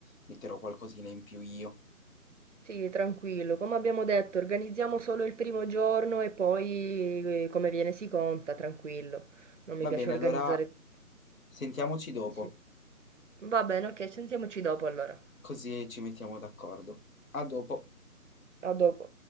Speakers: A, on the left (about 60°); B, on the right (about 55°).
A: metterò qualcosina in più io.
B: Sì, tranquillo. Come abbiamo detto, organizziamo solo il primo giorno e poi eh, come viene si conta, tranquillo. Non mi
A: Va
B: piace
A: bene,
B: organizzare.
A: allora sentiamoci dopo,
B: Sì. Va bene, ok, sentiamoci dopo allora.
A: così ci mettiamo d'accordo. A dopo.
B: A dopo.